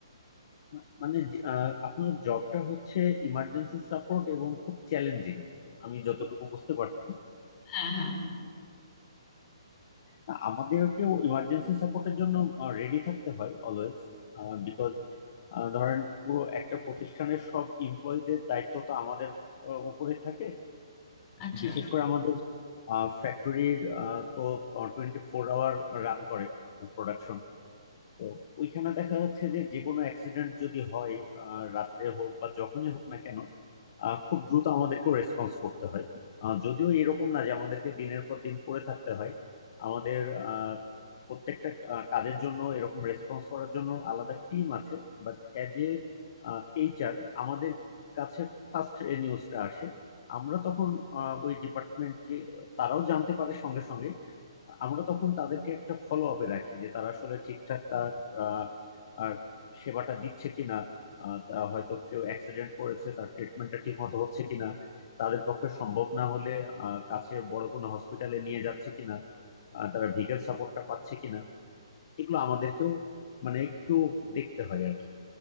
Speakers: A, on the left (about 45°); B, on the left (about 25°).
A: মা- মানে যে- আহ, আপনার জবটা হচ্ছে ইমার্জেন্সি সাপোর্ট এবং খুব চ্যালেঞ্জিং আমি যতটুকু বুঝতে পারছি
B: হ্যাঁ হ্যাঁ
A: না, আমাদেরকেও ইমার্জেন্সি সাপোর্টের জন্য রেডি থাকতে হয় অলওয়েজ বিকজ ধরেন পুরো একটা প্রতিষ্ঠানের সব এমপ্লয়ীদের দায়িত্ব তো আমাদের আহ, উপরে থাকে
B: আচ্ছা
A: বিশেষ করে আমাদের ফ্যাক্টরির তো টোয়েন্টি ফোর আওয়ার রান করে প্রোডাকশন, তো ওইখানে দেখা যাচ্ছে যে যে কোনো অ্যাক্সিডেন্ট যদি হয় আহ, রাত্রে হোক বা যখনই হোক না কেন আহ, খুব দ্রুত আমাদেরকে রেসপন্স করতে হয় আহ, যদিও এরকম না যে আমাদেরকে দিনের পর দিন পড়ে থাকতে হয় আমাদের আহ, প্রত্যেকটা আহ, কাজের জন্য এরকম রেসপন্স করার জন্য আলাদা টিম আছে বাট অ্যাজ এ এইচআর আমাদের কাছে ফার্স্ট এ নিউজটা আসে আমরা তখন আহ, ওই ডিপার্টমেন্টকে তারাও জানতে পারে সঙ্গে সঙ্গে আমরা তখন তাদেরকে একটা ফলো আপে রাখি যে তারা আসলে ঠিকঠাক তার আহ, আর সেবাটা দিচ্ছে কিনা আহ, তা হয়তো কেউ অ্যাক্সিডেন্ট করেছে তার ট্রিটমেন্টটা ঠিক মতো হচ্ছে কিনা তাদের পক্ষে সম্ভব না হলে আহ, কাছের বড় কোনো হসপিটালে নিয়ে যাচ্ছে কিনা আহ, তারা ভিগাল সাপোর্টটা পাচ্ছে কিনা এগুলো আমাদেরকেও মানে একটু দেখতে হয় আর কি